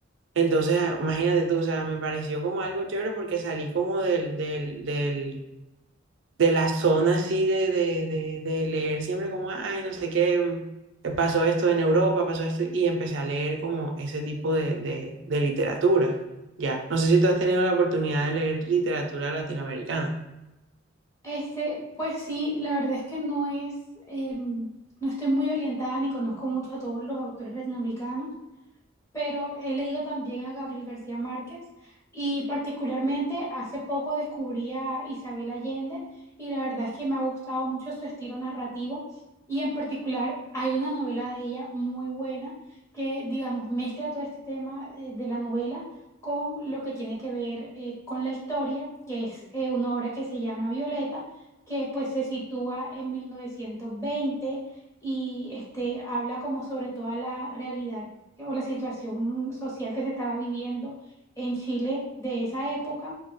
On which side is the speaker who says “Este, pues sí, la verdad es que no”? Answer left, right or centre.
Left